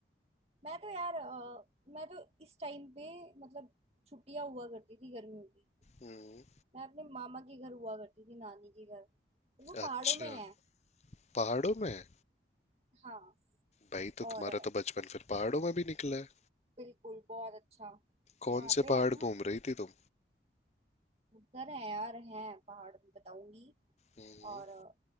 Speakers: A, on the right; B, on the left.
A: मैं तो यार अ, मैं तो इस टाइम पे मतलब छुट्टियां हुआ करती थी गर्मियों की
B: हम्म
A: मैं अपने मामा के घर हुआ करती थी नानी के घर और वो
B: अच्छा
A: पहाड़ों में है
B: पहाड़ों में
A: हाँ
B: भाई तो
A: और
B: तुम्हारा
A: अ,
B: तो बचपन फिर पहाड़ों में भी निकला है
A: बिल्कुल बहुत अच्छा
B: कौन
A: वहां
B: से
A: पे हम
B: पहाड़ घूम रही थी तुम
A: उधर हैं यार हैं पहाड़ भी बताऊंगी
B: हम्म,
A: और अ,